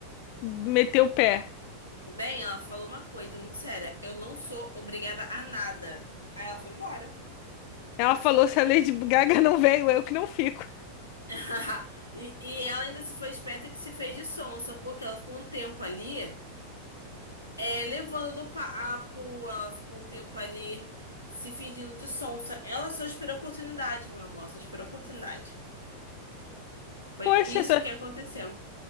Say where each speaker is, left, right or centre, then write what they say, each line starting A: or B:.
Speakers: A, on the left (about 45°); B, on the left (about 80°).
A: meteu o pé.
B: Bem, ela falou uma coisa muito séria. Eu não sou obrigada a nada. Aí ela foi embora. Não
A: Ela
B: sou.
A: falou, se a Lady Gaga não veio, eu que não fico.
B: <laughs> E, e ela ainda se foi esperta que se fez de sonsa, porque ela ficou um tempo ali. É, levando do papo, ela ficou um tempo ali se fingindo de sonsa. Ela só esperou a oportunidade, meu amor, só esperou a oportunidade. Foi
A: Poxa,
B: isso
A: essa-
B: que aconteceu.